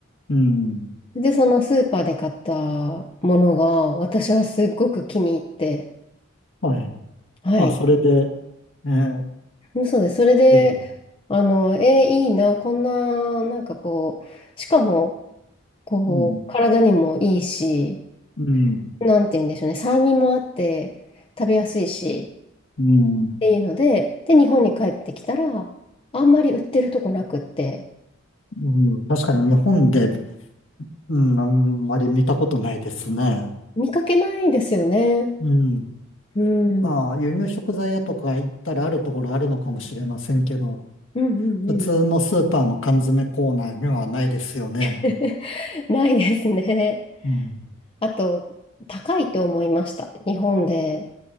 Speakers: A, on the left; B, on the left.
A: うん。
B: で、そのスーパーで買ったものが、私はすっごく気に入って、
A: はい。
B: はい。
A: あ、それで、ええ、
B: うんそうです。それで、
A: でもね、
B: あの、えーいいな、こんな、なんかこう、しかも、こう、
A: うん、
B: 体にもいいし、
A: うん、
B: なんて言うんでしょうね、酸味もあって、食べやすいし、
A: うん、
B: っていうので、で、日本に帰ってきたら、あんまり売ってるとこなくって、
A: うん。確かに日本で、うん、あんまり見たことないですね。
B: 見かけないですよね。
A: うん。
B: うん。
A: まあ、
B: うん
A: 輸入食材屋とか行ったらあるところあるのかもしれませんけど、
B: うん
A: 普通のスーパーの缶詰コーナーにはないですよね。
B: うん <laughs> ないですね。
A: うん。
B: あと、高いと思いました。日本で、